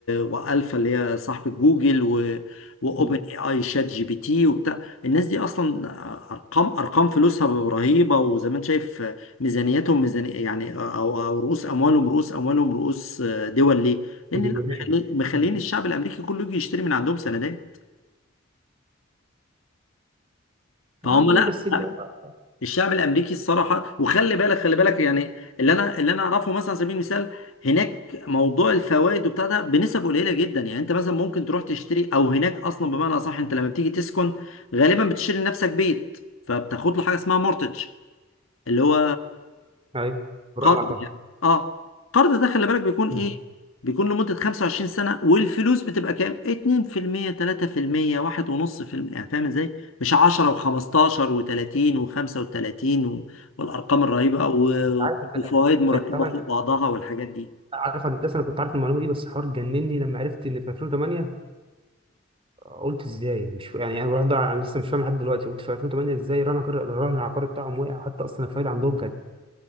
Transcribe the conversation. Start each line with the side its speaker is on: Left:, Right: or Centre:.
Left: وألفا اللي هي صاحبة جوجل و... واوبن
Right: مم.
Left: اي اي شات جي بي تي وبتاع الناس دي اصلا ارقام ارقام فلوسها رهيبه وزي ما انت شايف ميزانياتهم ميزانية يعني او او رؤوس اموالهم رؤوس اموالهم رؤوس آه، دول ليه؟ لان
Right: تريليونيه
Left: لا مخلي- مخلين
Right: مم.
Left: الشعب الامريكي كله يجي يشتري من عندهم سندات فهم
Right: يعني
Left: لا
Right: بس اللي
Left: لا
Right: هو
Left: الشعب الامريكي الصراحه وخلي بالك خلي بالك يعني اللي انا اللي انا اعرفه مثلا على سبيل المثال هناك موضوع الفوائد وبتاع ده بنسب قليله جدا يعني انت مثلا ممكن تروح تشتري او هناك اصلا بمعنى اصح انت لما بتيجي تسكن غالبا بتشتري لنفسك بيت فبتاخد له حاجه اسمها مورتج اللي هو
Right: ايوه بالراحه
Left: قرض
Right: مع الفرق.
Left: يعني اه قرض ده خلي بالك بيكون
Right: مم.
Left: ايه بيكون لمدة 25 سنة والفلوس بتبقى كام 2% 3% 1.5% يعني فاهم ازاي مش 10 و15 و30 و35 و... والارقام الرهيبة و-
Right: انت عارف
Left: وفوائد مركبة
Right: انت طبعا
Left: فوق بعضها والحاجات دي
Right: عارف هندسه انا كنت عارف المعلومه دي بس حوار جنني لما عرفت ان في 2008 قلت ازاي مش ف... يعني انا برضه انا لسه مش فاهم لحد دلوقتي قلت في 2008 ازاي الرهن العقاري الرهن العقاري بتاعهم وقع حتى اصلا الفايده عندهم كانت